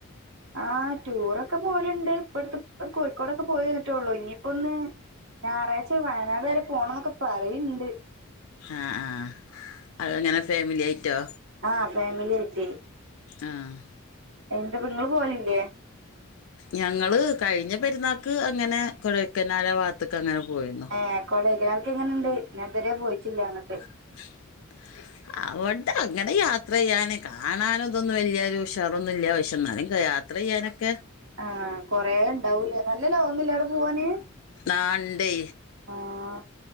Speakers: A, on the right; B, on the left.
A: ആഹ് ടൂറൊക്കെ പോല്ണ്ട് ഇപ്പട്ത്ത് കോഴിക്കോടൊക്കെ പോയി വന്നിട്ടോള്ളൂ ഇനിപ്പോ ഒന്ന് ഞായറാഴ്ച വയനാട് വരെ പോണം ന്നൊക്കെ പറിണ്ട്
B: ആഹ് ആഹ് അതങ്ങനെ ഫേമിലി ആയിട്ടോ?
A: ആഹ് ഫേമിലി ആയിട്ട്
B: ആഹ്
A: എന്തെപ്പ ഇങ്ങള് പോലില്ലേ?
B: ഞങ്ങള് കഴിഞ്ഞ പെരുന്നാക്ക് അങ്ങനെ കൊടയ്ക്കനാല് ആ ഭാത്ത്ക്ക് അങ്ങനെ പോയിന്നു
A: ഏഹ് കോടയ്കനാൽക്ക് എങ്ങനെണ്ട് ഞാൻ ഇതുവരെ പോയിട്ടില്ല അങ്ങട്ട്
B: <inaudible> <inaudible>
A: <inaudible>
B: അവടെ അങ്ങനെ യാത്ര ചെയ്യാന് കാണാന് ഇതൊന്നും വെല്ല്യോരു ഉഷാറൊന്നും ഇല്ല പക്ഷേ എന്നാലും യാ ത്രയ്യാനൊക്കെ
A: ആഹ് കൊറെ ഇണ്ടാവൂലേ നല്ല ലോങ്ങില്ലേ അവടെ പോവാന്?
B: ആഹ് ഇണ്ടെ
A: ആഹ്